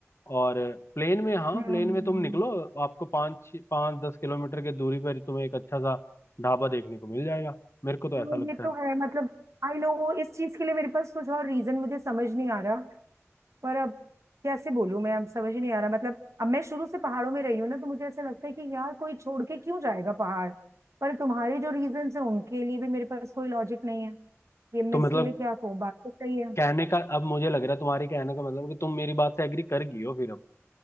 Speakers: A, on the left; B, on the right.
A: और प्लेन में हाँ
B: हम्म
A: प्लेन में तुम निकलो आपको पाँच पाँच दस किलोमीटर के दूरी पर तुम्हें एक अच्छा सा ढाबा देखने को मिल जाएगा मेरे को तो
B: हाँ,
A: ऐसा लगता
B: ये तो
A: है
B: है मतलब आई नो इस चीज के लिए मेरे पास कुछ और रीजन मुझे समझ नहीं आ रहा पर अब कैसे बोलूं मैं अब समझ ही नहीं आ रहा मतलब अब मैं शुरू से पहाड़ों में रही हूँ ना तो मुझे ऐसा लगता है कि यार कोई छोड़ के क्यों जाएगा पहाड़ पर तुम्हारे जो रीजन है उनके लिए भी मेरे पास कोई लॉजिक नहीं है ये मैं
A: तो मतलब
B: इसके लिए क्या कहूँ बात तो सही है
A: कहने का अब मुझे लग रहा है तुम्हारी कहने का मतलब कि तुम मेरी बात से एग्री कर गई हो फिर है